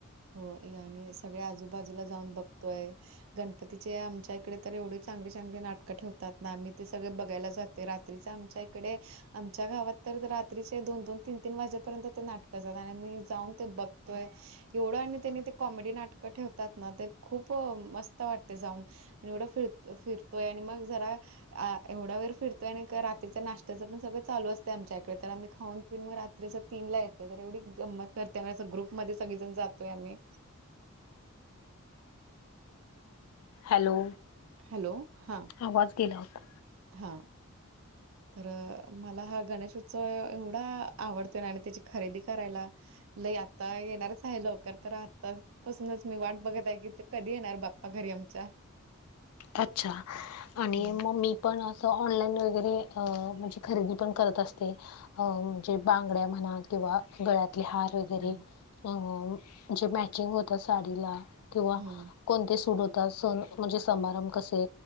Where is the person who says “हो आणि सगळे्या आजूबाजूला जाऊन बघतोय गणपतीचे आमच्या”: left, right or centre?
Right